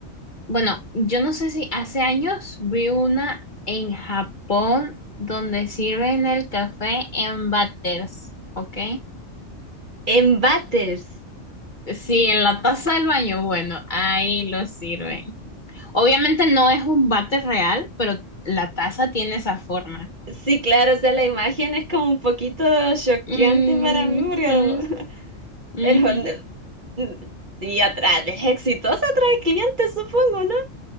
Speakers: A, on the left (about 40°); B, on the right (about 40°).
A: Bueno, yo no sé si hace años vi una en Japón donde sirven el café en váteres, ¿ok?
B: En Batters.
A: Sí, en la taza del baño, bueno, ahí lo sirven. Obviamente no es un váter real, pero la taza tiene esa forma.
B: Sí, claro, o sea, la imagen es como un poquito choqueante
A: Mm,
B: para mí, pero,
A: ujú,
B: <laughs>
A: ujú.
B: pero no- n- y atrás, es exitosa, atrae clientes, supongo, ¿no?